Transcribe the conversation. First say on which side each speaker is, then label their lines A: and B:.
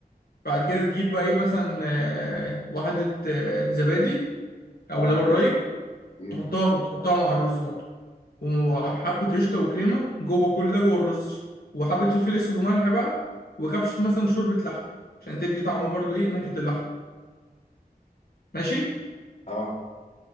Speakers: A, on the left (about 70°); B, on the left (about 45°).
A: بعد كده تجيب بقى ايه مثلا آه، واحده آه، زبادي او
B: اه
A: لبن رايب
B: امم
A: تحطها تحطها مع الرز برضه وحبة قشطة وكريمة جوه كل ده جوه الرز وحبة فلفل أسود وملح بقى وكبشة مثلا شوربة لحم عشان تدي طعم برضو إيه نكهة اللحم ماشي
B: اه